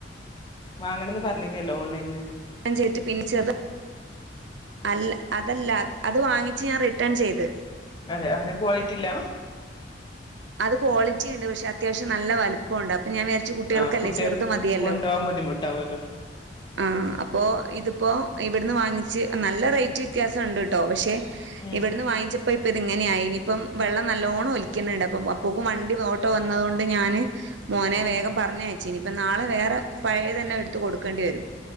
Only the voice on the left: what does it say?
വാങ്ങണം ന്ന് പറഞ്ഞീനല്ലോ ഓൺലൈന്ന്
അതെ എന്തെ ക്വാളിറ്റി ഇല്ല
ആഹ് കുട്ടികൾക്ക്
കൊണ്ടോവാൻ ബുദ്ധിമുട്ടാവല്ലോ
ഉം
ഉം